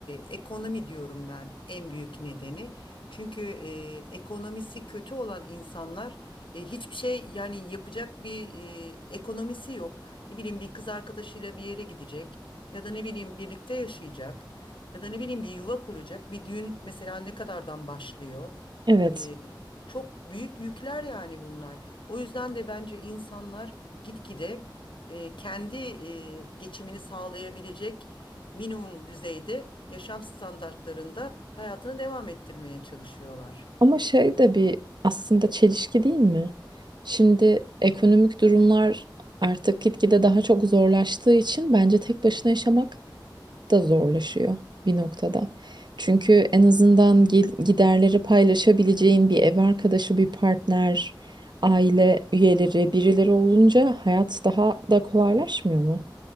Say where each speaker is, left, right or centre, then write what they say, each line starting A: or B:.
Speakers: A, on the left; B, on the right.
A: ekonomi diyorum ben en büyük nedeni. Çünkü e, ekonomisi kötü olan insanlar e, hiçbir şey yani yapacak bir e, ekonomisi yok. Ne bileyim bir kız arkadaşıyla bir yere gidecek ya da ne bileyim birlikte yaşayacak ya da ne bileyim bir yuva kuracak. Bir düğün mesela ne kadardan başlıyor?
B: Evet.
A: E, çok büyük yükler yani bunlar. O yüzden de bence insanlar gitgide e, kendi e, geçimini sağlayabilecek minimum düzeyde yaşam standartlarında hayatını devam ettirmeye çalışıyorlar.
B: Ama şey de bir aslında çelişki değil mi? Şimdi ekonomik durumlar artık gitgide daha çok zorlaştığı için bence tek başına yaşamak da zorlaşıyor bir noktada. Çünkü en azından gel- giderleri paylaşabileceğin bir ev arkadaşı, bir partner, aile üyeleri, birileri olunca hayat daha da kolaylaşmıyor mu?